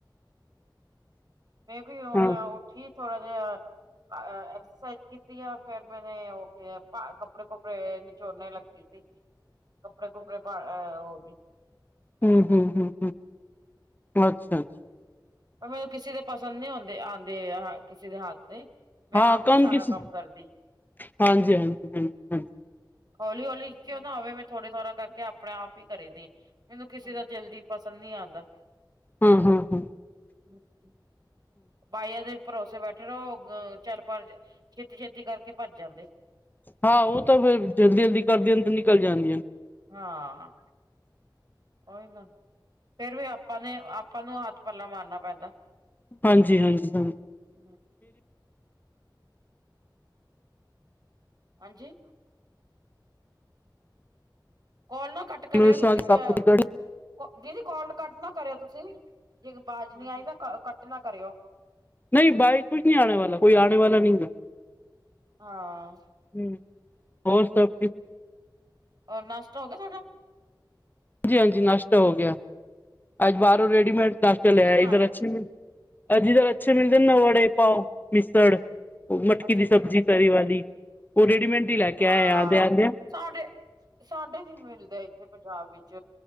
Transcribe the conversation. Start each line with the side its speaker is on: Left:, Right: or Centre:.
Right: ਮੈਂ ਵੀ ਹੁਨ
Left: ਹਾਂ
Right: ਉਹ ਉਠੀ ਥੋੜਾ ਜਿਹਾ ਐਕਸਰਸਾਈਜ਼ ਕੀਤੀ ਆ ਫੇਰ ਮੈਨੇ ਉਹ ਕੀ ਕੱਪੜੇ ਕੁੱਪੜੇ ਨਿਚੋੜਨੇ ਲੱਗੀ। ਕੱਪੜੇ ਕੁਪੜੇ ਪਾ ਹੋ ਗੀ।
Left: ਹੂੰ-ਹੂੰ-ਹੂੰ-ਹੂੰ, ਅੱਛਾ ਅੱਛਾ।
Right: ਪਰ ਮੈਨੂੰ ਕਿਸੇ ਦੇ ਪਸੰਦ ਨੀ ਆਦੇ ਆਦੇ ਕਿਸੇ ਦੇ ਹੱਥ ਦੇ ਮੈਂ
Left: ਹਾਂ
Right: ਆਪ
Left: ਕੰਮ
Right: ਹੀ ਸਾਰਾ
Left: ਕਿਸ,
Right: ਕਰਦੀ
Left: ਹਾਂਜੀ-ਹਾਂਜੀ-ਹਾਂਜੀ-ਹਾਂਜੀ।
Right: ਹਲੀ ਹੋਲੀ ਕਿਉਂ ਨਾ ਆਵੇ ਮੈਂ ਥੋੜੇ ਥੋੜਾ ਕਰਕੇ ਆਪ ਆਪਣੇ ਆਪ ਈ ਕਰੇ ਦੀ ਮੈਨੂੰ ਕਿਸੇ ਦਾ ਜਲਦੀ ਪਸੰਦ ਨੀ ਆਦਾ।
Left: ਹੂੰ-ਹੂੰ-ਹੂੰ,
Right: ਹੂੰ, ਬਾਈਆਂ ਦੇ ਭਰੋਸੇ ਬੈਠੇ ਰਏ ਉਹ ਅ ਚਾਰ ਪਾਰ ਛੇਤੀ ਛੇਤੀ ਕਰਕੇ ਭੱਜ ਜਾਂਦੇ।
Left: ਹਾਂ ਉਹ ਤਾਂ ਫਿਰ ਜਲਦੀ ਜਲਦੀ ਕਰਦੀਆਂ ਤਾਂ ਨਿਕਲ ਜਾਂਦੀਆਂ ਨੇ
Right: ਹਾਂ, ਉਹੀ ਗੱਲ ਫੇਰ ਵੀ ਆਪਾਂ ਨੇ ਆਪਾਂ ਨੂੰ ਹੱਥ ਪੱਲਾ ਮਾਰਨਾ ਪੈਂਦਾ।
Left: ਹਾਂਜੀ-ਹਾਂਜੀ-ਹਾਂਜੀ,
Right: ਹੂੰ, ਹਾਂਜੀ, ਕੋਲ ਨਾ ਕੱਟ
Left: ਮੇਰੀ
Right: ਕਰਿਓ ਤੁਸੀਂ
Left: ਸਾਫ਼ ਸੁਥਰੀ
Right: ਕੋਲ
Left: ਕਰ
Right: ਕੋ ਦੀਦੀ ਕੋਲ ਕੱਟ ਨਾ ਕਰਿਓ ਤੁਸੀਂ ਜੇ ਆਵਾਜ਼ ਨੀ ਆਈ ਨਾ ਕੱਟ ਨਾ ਕਰਿਓ।
Left: ਨਈ ਭਾਈ ਕੁਛ ਨਈ ਆਣੇ ਵਾਲਾ ਕੋਈ ਆਣੇ ਵਾਲਾ ਨੀ ਐ।
Right: ਹਾਂ,
Left: ਹੂੰ ਹੋਰ ਸਭ
Right: ਔਰ ਨਾਸ਼ਤਾ ਹੋ ਗਿਆ ਤੁਹਾਡਾ?
Left: ਹਾਂਜੀ ਹਾਂਜੀ ਨਾਸ਼ਤਾ ਹੋ ਗਿਆ, ਅੱਜ ਬਾਹਰੋਂ ਰੇਡੀਮੇਡ ਨਾਸ਼ਤਾ
Right: ਕੀ
Left: ਲਿਆ
Right: ਬਣਾਇਆ
Left: ਇਧਰ ਅੱਛੇ ਨੇ। ਅੱਜ-ਕੱਲ੍ਹ ਅੱਛੇ ਮਿਲਦੇ ਨਾ ਵੜੇ ਪਾਓ, ਮਿਸਰ ਉਹ ਮਟਕੀ
Right: ਅੱਛਾ
Left: ਦੀ
Right: ਅੱਛਾ
Left: ਸਬਜ਼ੀ। ਤਰੀ ਵਾਲੀ, ਉਹ ਰੇਡੀਮੇਟ ਹੀ ਲੈ ਕੇ
Right: ਹਾਂ
Left: ਆਇਆ ਆਂਦੇ ਆਦੇਆਂ
Right: ਸਾਡੇ ਸਾਡੇ ਨੀ ਮਿਲਦੇ ਇੱਥੇ ਪੰਜਾਬ ਵਿੱਚ,